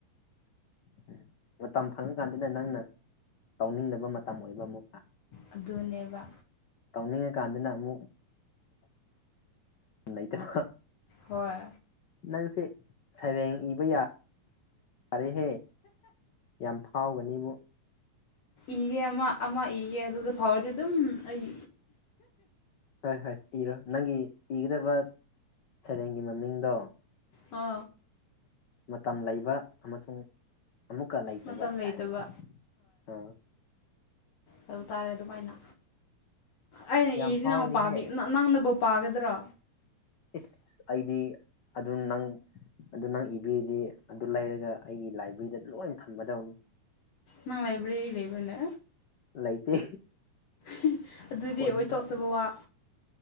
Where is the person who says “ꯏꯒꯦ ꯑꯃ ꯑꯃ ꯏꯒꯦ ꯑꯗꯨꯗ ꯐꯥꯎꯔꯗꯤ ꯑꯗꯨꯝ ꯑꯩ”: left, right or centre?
Left